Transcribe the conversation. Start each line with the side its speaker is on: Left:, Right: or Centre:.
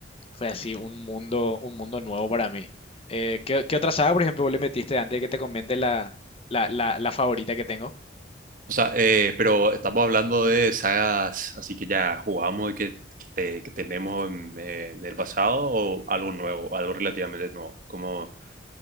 Left: fue así un mundo, un mundo nuevo para mí. Eh, ¿qué, qué otra saga, por ejemplo, vos le metiste antes de que te comente la, la, la, la favorita que tengo?
Right: O sea, eh, pero estamos hablando de sagas así que ya jugamos y que, que, te- que tenemos en, eh, en el pasado o algo nuevo, algo relativamente nuevo. Como,